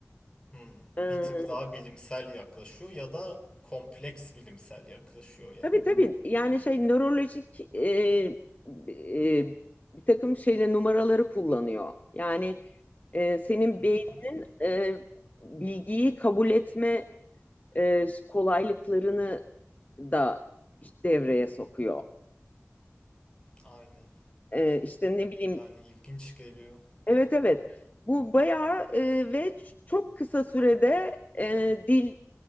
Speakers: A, on the left; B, on the left.
A: hmm,
B: Ee,
A: bir tık daha bilimsel yaklaşıyor ya da kompleks bilimsel yaklaşıyor yani.
B: tabii tabii yani şey nörolojik e, e, bir takım şeyle numaraları kullanıyor. Yani e, senin
A: Hmm.
B: beyninin e, bilgiyi kabul etme e, kolaylıklarını da işte devreye sokuyor.
A: Aynen.
B: E, işte ne bileyim
A: Yani ilginç geliyor.
B: evet evet bu bayağı e, ve çok kısa sürede e, dil